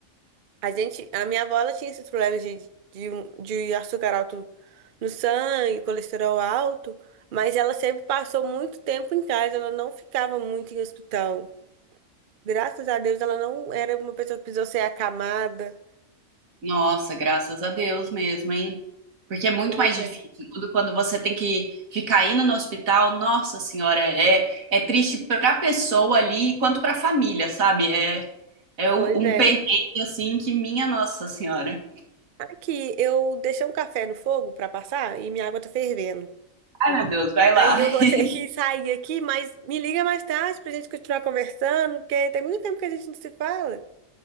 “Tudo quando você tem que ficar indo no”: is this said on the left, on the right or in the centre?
Right